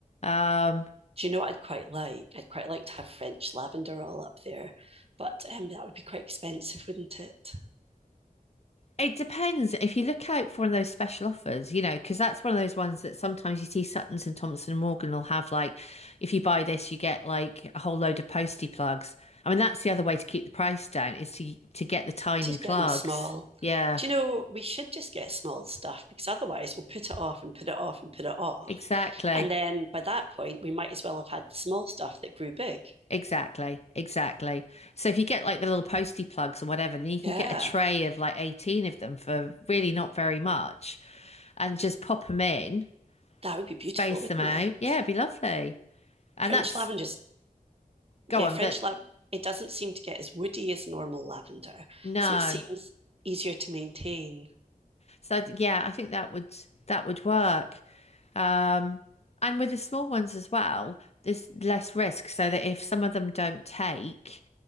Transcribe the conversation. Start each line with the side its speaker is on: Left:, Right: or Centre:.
Left: Um,
Right: Do you know what I'd quite like? I'd quite like to have French lavender all up there, but um, that would be quite expensive, wouldn't it?
Left: It depends if you look out for one of those special offers, you know, because that's one of those ones that sometimes you see Suttons and Thompson and Morgan will have like, if you buy this, you get like a whole load of postie plugs. I mean, that's the other way to keep the price down is to to get the tiny
Right: to get
Left: plugs.
Right: them small.
Left: Yeah,
Right: Do you know, we should just get small stuff because otherwise we'll put it off and put it off and put it off.
Left: exactly,
Right: And then by that point, we might as well have had the small stuff that grew big.
Left: exactly, exactly. So if you get like the little postie plugs or whatever, then you can
Right: Yeah,
Left: get a tray of like 18 of them for really not very much, and just pop them in,
Right: that would be beautiful,
Left: space
Right: wouldn't
Left: them out.
Right: it?
Left: Yeah, it'd be lovely. And
Right: French
Left: that's
Right: lavender's, yeah,
Left: Go on,
Right: French
Left: that
Right: lav, it doesn't seem to get as woody as normal lavender.
Left: no.
Right: So it seems easier to maintain.
Left: So yeah, I think that would that would work. Um, and with the small ones as well, there's less risk so that if some of them don't take,